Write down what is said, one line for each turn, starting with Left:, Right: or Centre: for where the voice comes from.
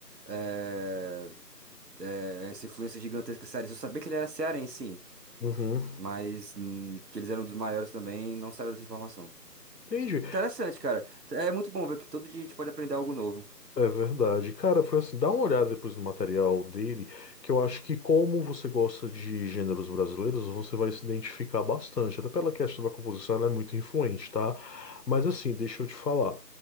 Right: é, é, essa influência gigantesca cearense. Eu sabia que ele era cearense, sim.
Left: Uhum.
Right: Mas hum, que eles eram dos maiores também, não sabia dessa informação.
Left: Entendi.
Right: Interessante, cara. É muito bom ver que todo dia a gente pode aprender algo novo.
Left: É verdade. Cara, foi assim, dá uma olhada depois no material dele, que eu acho que como você gosta de gêneros brasileiros, você vai se identificar bastante. Até pela questão da composição, ela é muito influente, tá? Mas assim, deixa eu te falar.